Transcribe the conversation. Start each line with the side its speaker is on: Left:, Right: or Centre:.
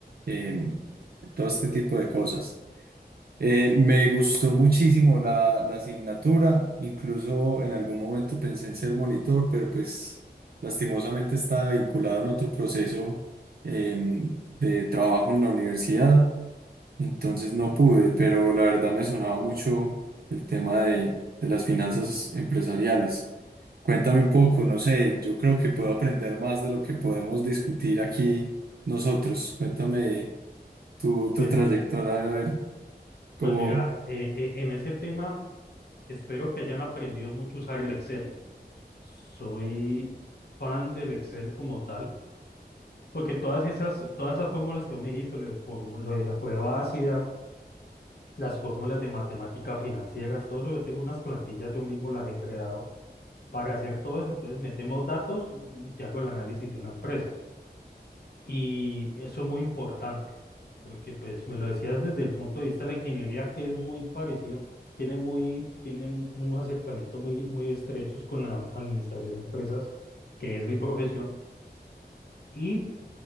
Right: em, todo este tipo de cosas. Eh, me gustó muchísimo la, la asignatura, incluso en algún momento pensé en ser monitor, pero pues lastimosamente estaba vinculado en otro proceso em, de trabajo en la universidad, entonces no pude, pero la verdad me sonaba mucho el tema de, de las finanzas empresariales. Cuéntame un poco, no sé, yo creo que puedo aprender más de lo que podemos discutir aquí nosotros. Cuéntame tu, tu
Left: Pues
Right: trayectoria,
Left: mira,
Right: a ver cómo...
Left: pues mira, eh, eh, en ese tema espero que hayan aprendido mucho a usar el Excel. Soy fan del Excel como tal, porque todas esas, todas esas fórmulas que vos me dijiste, lo de, formu- lo de la prueba ácida, las fórmulas de matemática financiera, todo eso, yo tengo unas plantillas, yo mismo las he creado Para hacer todo eso, entonces metemos datos y te hago el análisis de una empresa. Y eso es muy importante, porque pues me lo decías desde el punto de vista de la ingeniería, que es muy parecido, tiene muy, tiene un- unos acercamientos muy, muy estrechos con la administración de empresas, que es mi profesión. Y,